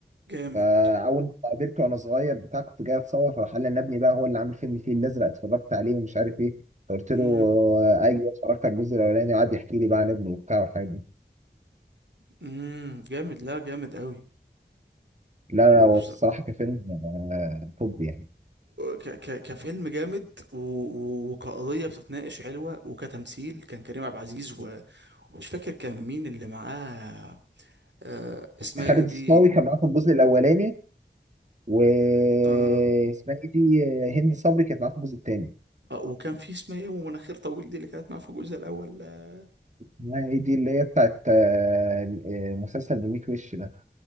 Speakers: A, on the right; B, on the right.
A: جامد
B: فاول ما قابلته وانا صغير بتاع كنت جاي اتصور فراح قال لي انا ابني بقى هو اللي عامل فيلم الفيل الازرق اتفرجت عليه ومش عارف ايه فقلت
A: امم
B: له آه، ايوه اتفرجت على الجزء الاولاني وقعد يحكي لي بقى عن ابنه وبتاع والحاجات دي
A: امم جامد لا جامد قوي
B: لا
A: وبص...
B: لا هو الصراحه كفيلم آه، توب يعني
A: ك... ك... كفيلم جامد و... و- وكقضية بتتناقش حلوة وكتمثيل كان كريم عبد العزيز و... ومش فاكر كان مين اللي معاه آه... اسمها
B: خالد
A: ايه دي
B: الصاوي كان معاه في الجزء الاولاني واسمها
A: اه
B: ايه دي آه، هند صبري كانت معاه في الجزء الثاني
A: اه وكان في اسمها ايه ومناخير طويل دي اللي كانت معاه في الجزء الاول آه،
B: اسمها ايه دي اللي هي بتاعت آه، آه، مسلسل بميت وش ده